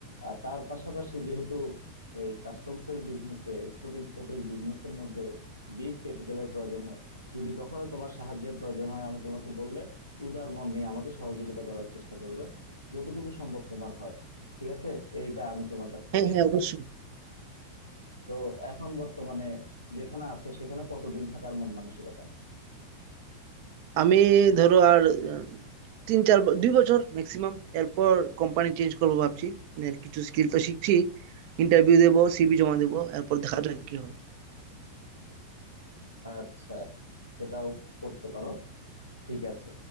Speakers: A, on the left; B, on the right.
A: আর তার পাশাপাশি যেহেতু এই কাস্টমস এর বিজনেসে এক্সপোর্ট ইমপোর্টের বিজনেসের মধ্যে বিগ ক্যাপিটালের প্রয়োজন হয় যদি কখনো তোমার সাহায্যের প্রয়োজন হয় আমি তোমাকে বললে উদার মন নিয়ে আমাকে সহযোগিতা করার চেষ্টা করবে যতটুকু সম্ভব তোমার হয় ঠিক আছে এইটা আমি তোমার কাছ
B: হ্যাঁ
A: থেকে
B: হ্যাঁ অবশ্যই
A: তো এখন বর্তমানে যেখানে আছো সেখানে কতদিন থাকার মন মানসিকতা
B: আমি ধরো আর আহ, তিন চার ব- দুই বছর ম্যাক্সিমাম এরপর কোম্পানি চেঞ্জ করবো ভাবছি এর কিছু স্কিল তো শিখছি ইন্টারভিউ দেবো সিভি জমা দেবো এরপর দেখা যাক কি হয়
A: আচ্ছা সেটাও করতে পারো ঠিক আছে